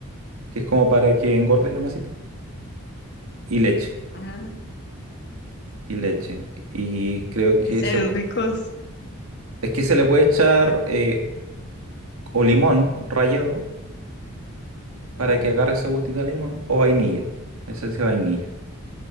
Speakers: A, on the right; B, on the left.
A: que es como para que engorde la masita, y leche,
B: Ah,
A: y leche. Y creo que
B: y salen
A: se, pu-
B: ricos,
A: es que se le puede echar eh, o limón rallado
B: mm,
A: para que agarre ese gustito de limón, o vainilla, esencia de vainilla,